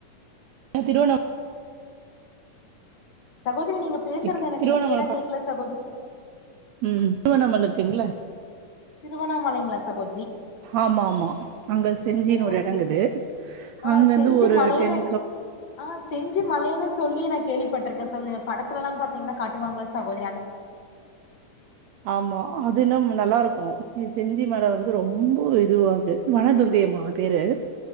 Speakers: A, on the right; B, on the left.
A: திருவண்ணா
B: சகோதரி நீங்க
A: டிஸ்டிக்
B: பேசுறது எனக்கு
A: திருவண்ணாமலை
B: க்ளியரா
A: ப
B: கேக்கல சகோதரி
A: ம் திருவண்ணாமல இருக்குங்ல
B: திருவண்ணாமலைங்ளா சகோ
A: ஆமா ஆமா அங்க செஞ்சின்னு
B: ஓ
A: ஒரு எடங்குது
B: செ ஆ
A: அங்கருந்து
B: செஞ்சி
A: ஒரு
B: மலைன்னு
A: டென்
B: ஆ செஞ்சி மலேனு சொல்லி நா கேள்விபட்டிருக்கே சகோத படத்துலலா பாத்தீங்கன்னா காட்டுவாங்கல்ல சகோத
A: ஆமா அது இன்னும் நல்லாருக்கும் இது செஞ்சி மல வந்து ரொம்ப இதுவாது வனதுர்கையம்மா பேரு